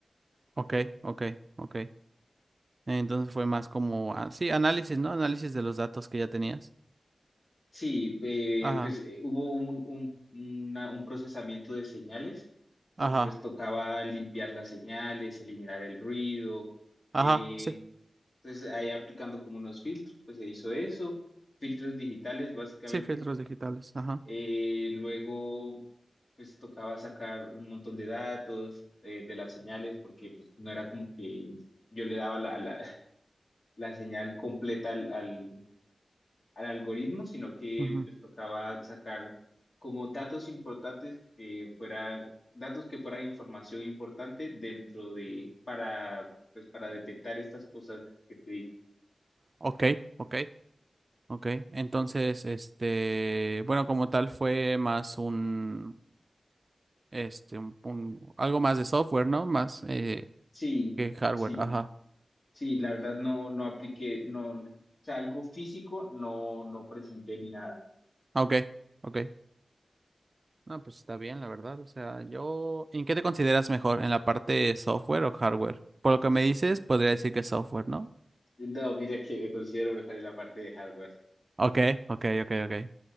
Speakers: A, on the right; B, on the left.
A: Ok, ok, ok. Entonces fue más como, ah, sí, análisis, ¿no? Análisis de los datos que ya tenías.
B: Sí, eh,
A: Ajá,
B: pues eh, hubo un, un, una- un procesamiento de señales, porque
A: ajá,
B: pues tocaba limpiar las señales, eliminar el ruido.
A: ajá,
B: eh,
A: sí.
B: entonces ahí aplicando como unos filtros, pues se hizo eso, filtros digitales básicamente.
A: Sí, filtros digitales. Ajá.
B: eh, luego pues tocaba sacar un montón de datos eh, de las señales, porque pues no era como que yo le daba la, la, la señal completa al, al al algoritmo, sino que
A: ujú.
B: pues tocaba sacar como datos importantes que fuera, datos que fueran información importante dentro de, para, pues para detectar estas cosas que te di.
A: Ok, ok, ok. Entonces, este, bueno, como tal fue más un, este, un, un- algo más de software, ¿no? Más eh,
B: Sí,
A: que hardware.
B: sí,
A: Ajá.
B: sí, la verdad no, no apliqué, no, o sea, algo físico no, no presenté ni nada.
A: Ok, ok. No, pues está bien, la verdad. O sea, yo, ¿en qué te consideras mejor? ¿En la parte software o hardware? Por lo que me dices, podría decir que software, ¿no?
B: No, mira que me considero mejor en la parte de hardware.
A: Ok, ok, ok, ok.